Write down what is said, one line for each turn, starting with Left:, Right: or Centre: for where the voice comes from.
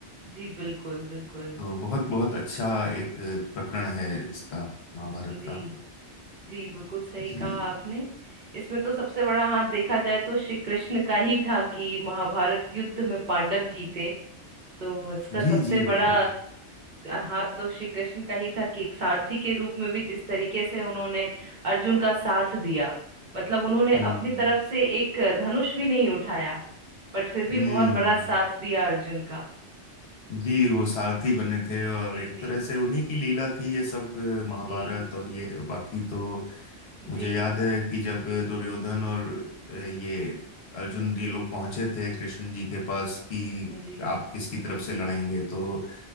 Right: जी बिल्कुल बिल्कुल
Left: तो बहुत बहुत अच्छा एक प्रकरण है इसका महाभारत
Right: जी
Left: का
Right: जी बिल्कुल सही
Left: जी
Right: कहा आपने इसमें तो सबसे बड़ा हाथ देखा जाए तो श्री कृष्ण का ही था कि महाभारत युद्ध में पांडव जीते तो इसका सबसे
Left: जी जी
Right: बड़ा
Left: बिल्कुल
Right: हाथ तो श्री कृष्ण का ही था कि एक सारथी के रूप में भी जिस तरीके से उन्होंने अर्जुन का साथ दिया मतलब उन्होंने
Left: हम्म
Right: अपनी तरफ से एक धनुष भी नहीं उठाया बट फिर भी
Left: हम्म
Right: बहुत बड़ा साथ दिया अर्जुन का
Left: जी वो सारथी बने थे और
Right: जी
Left: एक
Right: जी
Left: तरह से उन्हीं की लीला थी ये सब अ, महाभारत
Right: जी
Left: और ये बाकी तो
Right: जी
Left: मुझे याद है कि जब दुर्योधन और अ, ये अर्जुन ये लोग पहुंचे थे कृष्ण जी के पास कि
Right: जी
Left: आप किसकी तरफ से लड़ेंगे तो